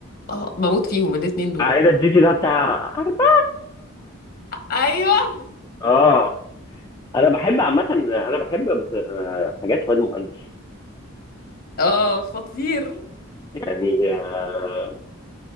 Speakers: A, on the left; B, on the left.
A: اه بموت فيهم الاتنين دول
B: عائلة جيجي اللي هو بتاع أربابة
A: ايوه
B: اه انا بحب عامة انا بحب بس- آه، حاجات فؤاد مهندس
A: اه خطير
B: يعني آه،